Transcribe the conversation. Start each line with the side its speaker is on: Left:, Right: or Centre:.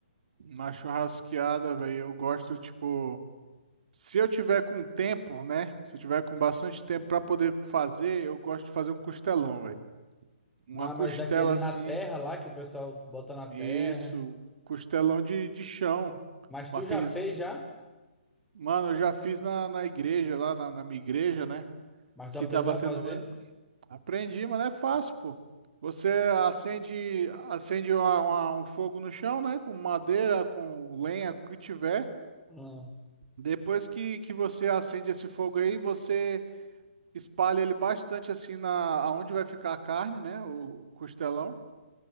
Right: uma churrasqueada, velho, eu gosto, tipo, se eu tiver com tempo, né? Se eu tiver com bastante tempo pra poder fazer, eu gosto de fazer um costelão, velho. Uma
Centre: Mas,
Right: costela
Centre: mas aquele na
Right: assim,
Centre: terra lá que o pessoal bota na
Right: isso,
Centre: terra.
Right: costelão de, de chão,
Centre: Mas
Right: com
Centre: tu
Right: aqueles.
Centre: já fez já?
Right: Mano, eu já fiz na, na igreja, lá na na minha igreja, né?
Centre: Mas tu
Right: que
Centre: aprendeu
Right: tava
Centre: a
Right: tendo.
Centre: fazer?
Right: uma- Aprendi, mas não é fácil, pô. Você acende, acende uma- uma- um fogo no chão, né? Com madeira, com lenha, com o que tiver.
Centre: Não.
Right: Depois que, que você acende esse fogo aí, você espalha ele bastante assim na aonde vai ficar a carne, né? O costelão.